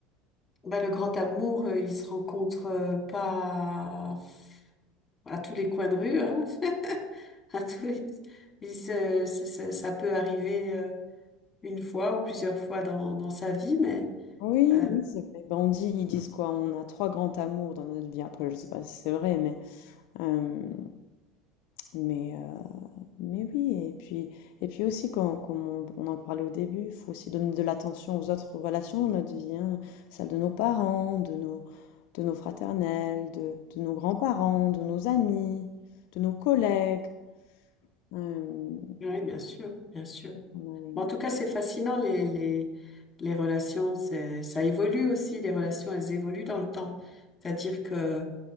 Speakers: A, on the left; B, on the left.
A: bah, le grand amour, euh, il se rencontre euh, pas. à tous les coins de rue, hein. <laughs> À tous les- il se- se- se- ça peut arriver euh, une fois ou plusieurs fois dans, dans sa vie, mais
B: oui,
A: euh,
B: oui, c'est vrai. Ben, on dit, ils disent quoi? On a trois grands amours dans notre vie. Après, je sais pas si c'est vrai, mais euh, Mais, euh, mais oui, et puis, et puis aussi, comme, comme on, on en parlait au début, il faut aussi donner de l'attention aux autres relations de notre vie, hein, celle de nos parents, de nos, de nos fraternels, de, de nos grands-parents, de nos amis, de nos collègues. Euh,
A: oui, bien sûr, bien sûr.
B: on a une-
A: Bon, en tout cas, c'est fascinant, les, les, les relations, c'est- ça évolue aussi, les relations, elles évoluent dans le temps. C'est-à-dire que